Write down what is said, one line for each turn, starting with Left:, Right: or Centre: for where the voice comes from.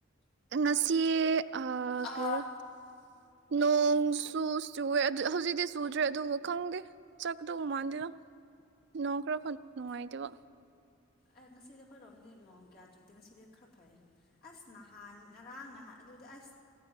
Right: ꯅꯁꯤꯦ ꯑ
Left: ꯑꯥ
Right: ꯀꯔꯣ ꯅꯣꯡꯁꯨꯨ ꯆꯨꯋꯦ ꯍꯧꯖꯤꯛꯇꯤ ꯆꯨꯗ꯭ꯔꯦ ꯑꯗꯨꯕꯨ ꯈꯪꯗꯦ ꯆꯀꯗꯧ ꯃꯥꯟꯗꯦꯗ ꯅꯣꯡ ꯈꯔ ꯅꯨꯡꯉꯥꯏꯇꯦꯕ
Left: ꯑꯦ ꯉꯁꯤꯗꯤ ꯑꯩꯈꯣꯏꯔꯣꯝꯗꯤ ꯅꯣꯡ ꯀꯌꯥ ꯆꯨꯗꯦ ꯉꯁꯤꯗꯤ ꯈꯔ ꯐꯩ ꯑꯁ ꯅꯍꯥꯟ ꯉꯔꯥꯡ ꯅꯍꯥꯟ ꯑꯗꯨꯗꯤ ꯑꯁ